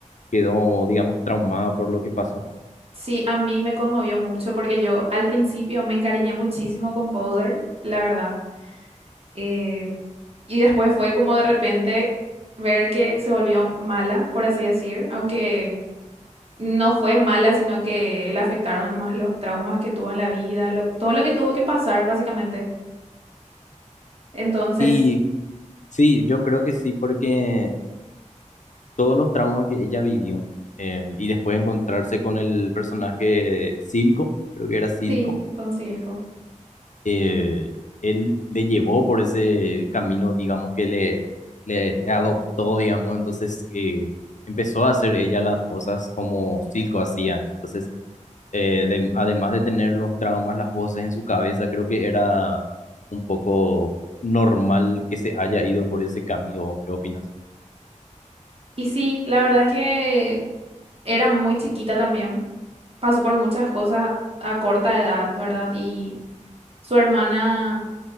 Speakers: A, on the left; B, on the right.
A: quedó, digamos, traumada por lo que pasó.
B: Sí, a mí me conmovió mucho porque yo al principio me encariñé muchísimo con Powder, la verdad. Eh, Y después fue como de repente ver que se volvió mala, por así decir, aunque no fue mala, sino que le afectaron más los traumas que tuvo en la vida, lo- todo lo que tuvo que pasar, básicamente. Entonces,
A: Y Sí, yo creo que sí, porque todos los traumas que ella vivió eh, y después encontrarse con el personaje Silco, creo que era Silco,
B: sí, con Silco.
A: eh, él le llevó por ese camino, digamos, que le, le, le adoptó, digamos, entonces eh, empezó a hacer ella las cosas como Silco hacía. Entonces, eh, de- además de tener los traumas, las voces en su cabeza, creo que era un poco normal que se haya ido por ese camino. ¿Qué opinas?
B: Y sí, la verdad es que era muy chiquita también. Pasó por muchas cosas a, a corta edad, ¿verdad? Y su hermana,